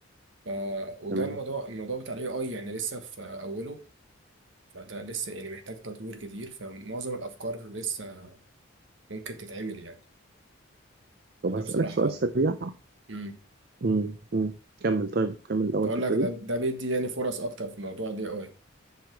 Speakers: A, on the right (about 65°); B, on the right (about 50°).
A: ف... وده
B: تمام
A: الموضوع الموضوع بتاع الاي اي يعني لسه في اوله فده لسه يعني محتاج تطوير كتير فمعظم الافكار لسه ممكن تتعمل يعني
B: طب
A: فده
B: هسألك
A: بصراحة
B: سؤال سريع
A: امم
B: مم، مم. كمل طيب كمل الأول
A: تقول
B: الحتة
A: لك ده
B: دي
A: ده بيدي يعني فرص أكتر في موضوع ال AI